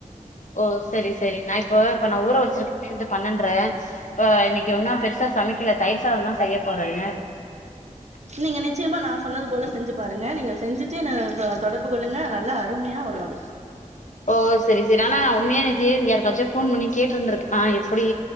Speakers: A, on the left (about 65°); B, on the right (about 55°).
A: ஓ செரி செரி நா இப்ப இப்ப நா ஊர வச்சிருக்கதே வந்து பன்னென்ரே இப்ப இன்னைக்கு ஒன்னு பெருசா சமைக்கல தயிர் சாதோ தா செய்ய போறே <inaudible>
B: நீங்க நிச்சயமா நா சொன்னது போல செஞ்சு பாருங்க நீங்க செஞ்சுட்டு என்ன தொ தொடர்பு கொள்ளுங்க நல்லா அருமையா வரு அது
A: ஓ செரி செரி ஆனா நா உண்மையா <unintelligible> யாருக்காச்சும் ஃபோன் பண்ணி கேட்டுருந்திருக்கலா எப்டி